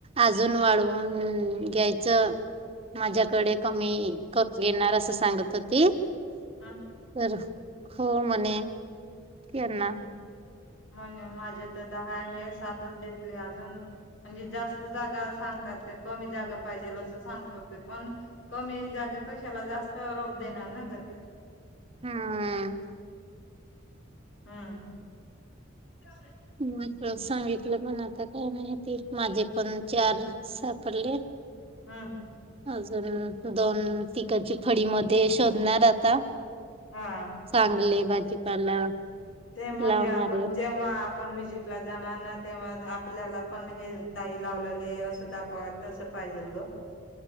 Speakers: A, on the right; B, on the left.
A: अजून
B: ह
A: वाढवून घ्यायचं. माझ्याकडे
B: ह
A: कमी क घेणार असं सांगत होती
B: ह
A: तर हो म्हणे त्यांना
B: हा आणि माझे तर दहा हे सातच भेटले अजून म्हणजे जास्त जागा सांगतात त्या कमी जागा पाहिजेल असं सांगत होते पण कमी जागा कशाला जास्त रोक देणार ना ग
A: हम्म.
B: हम्म. <unintelligible>
A: म्हटल सांगितलं पण आता काही माहिती माझे पण चार सापडले
B: हम्म.
A: अजून दोन तिकळची फळी मध्ये शोधणार आता
B: हा.
A: चांगले भाजीपाला
B: ते म्हणजे
A: लावणारे
B: आपण जेव्हा आपण विजिटला जाणार ना तेव्हा आपल्याला पण हे ताई लावलेले असं दाखवत तस पाहिजेल ग